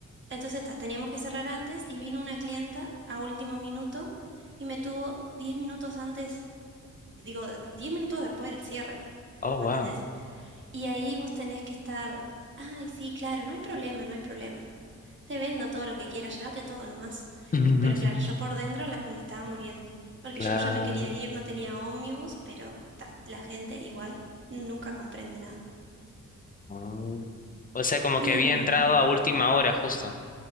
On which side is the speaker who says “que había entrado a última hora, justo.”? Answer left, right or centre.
Left